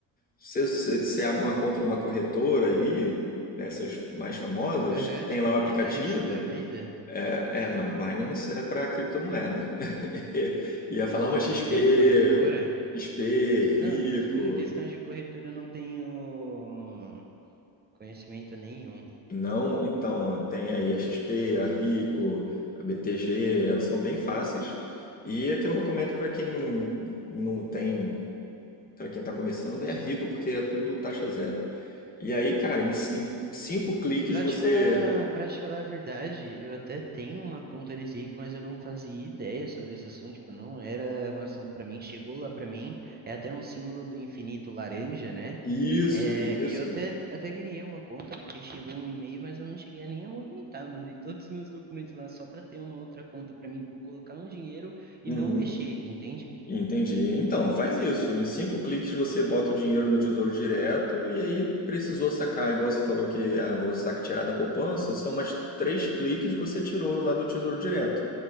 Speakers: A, on the left; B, on the right.
A: Você, você, você abre uma conta numa corretora aí, dessas mais famosas,
B: Aham,
A: tem
B: tipo
A: lá o
B: Binance
A: aplicativo.
B: da vida.
A: É, é, não, Binance é para criptomoeda. <laughs> Ia
B: Não,
A: falar uma XP,
B: não tem corretora.
A: XP, Rico.
B: Não, de- em questão de corretora eu não tenho conhecimento nenhum.
A: Não, então, tem aí a XP, a Rico, a BTG, elas são bem fáceis. E é que eu recomendo para quem não tem para quem está começando, é rico, porque é tudo taxa zero. E aí, cara, em, em cinco cliques
B: Pra
A: você.
B: te falar, para te falar a verdade, eu até tenho uma conta nesse rico, mas eu não fazia ideia sobre esse assunto, tipo, não era um assunto pra mim, chegou lá pra mim, é até um símbolo do infinito laranja, né?
A: Isso,
B: É,
A: isso.
B: e eu até, até criei uma conta, porque chegou um e-mail, mas eu não cheguei a nem a movimentar, eu mandei todos os meus documentos lá só pra ter uma outra conta pra mim, pra eu colocar um dinheiro e
A: Uhum.
B: não mexer, entende?
A: Entendi. Então, faz isso. Em cinco cliques você bota o dinheiro no Tesouro Direto e aí precisou sacar, igual você falou que ah, vou sacar tirar da poupança, são mais três cliques você tirou lá do Tesouro Direto.